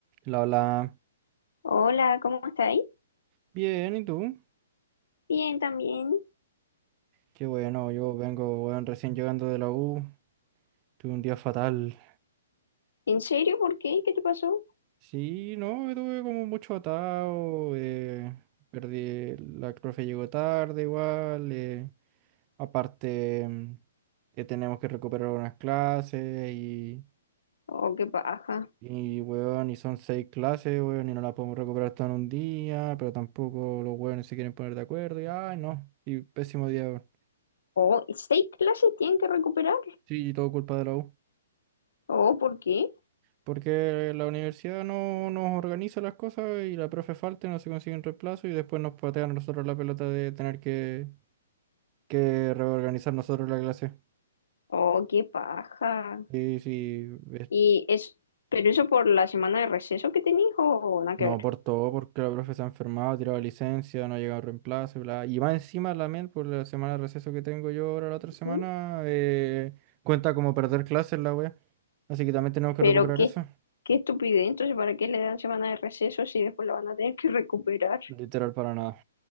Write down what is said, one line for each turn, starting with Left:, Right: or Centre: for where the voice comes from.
Right: La, la.
Left: Hola, ¿cómo estáis?
Right: Bien, ¿y tú?
Left: Bien, también.
Right: Qué bueno, yo vengo, weón, recién llegando de la U. Tuve un día fatal.
Left: ¿En serio? ¿Por qué? ¿Qué te pasó?
Right: Sí, no, tuve como mucho atado. eh, perdí, la profe llegó tarde igual. eh, aparte, mm, que tenemos que recuperar unas clases y,
Left: Oh, qué paja.
Right: y, weón, y son seis clases, weón, y no las podemos recuperar todo en un día, pero tampoco los weones se quieren poner de acuerdo y, ay, no, y pésimo día, weón.
Left: Oh, seis clases tienen que recuperar.
Right: Sí, y todo culpa de la U.
Left: Oh, ¿por qué?
Right: Porque la universidad no nos organiza las cosas y la profe falta, y no se consigue un reemplazo y después nos patean a nosotros la pelota de tener que, que reorganizar nosotros la clase.
Left: Oh, qué paja.
Right: Y si es-
Left: Y es, pero eso por la semana de receso que tenéis o nada
Right: no
Left: que ver.
Right: aportó porque la profe se ha enfermado, ha tirado licencia, no ha llegado reemplazo, bla. Y más encima la MEL, por la semana de receso que tengo yo ahora la otra semana,
Left: ¿Mm?
Right: eh, cuenta como perder clases la wea. Así que también tenemos que
Left: Pero
Right: recuperar
Left: qué,
Right: eso.
Left: qué estupidez. Entonces, ¿para qué le dan semana de receso si después la van a tener que recuperar?
Right: Literal para nada.